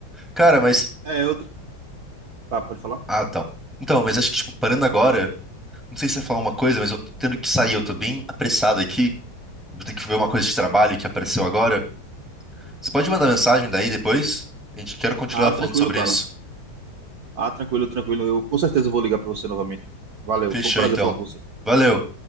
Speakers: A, in the centre; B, on the right.
A: Cara, mas.
B: É outra. Tá, pode falar?
A: Ah, então. Então, mas acho que, tipo, parando agora, não sei se você ia falar uma coisa, mas eu tô tendo que sair, eu tô bem apressado aqui. Eu Vou ter que ver uma coisa de trabalho que apareceu agora. Você pode mandar mensagem daí depois? A gente quer continuar
B: Ah,
A: falando
B: tranquilo,
A: sobre
B: cara.
A: isso.
B: Ah, tranquilo, tranquilo. Eu com certeza vou ligar para você novamente. Valeu,
A: Fechou,
B: foi um prazer
A: então.
B: falar com você.
A: Valeu.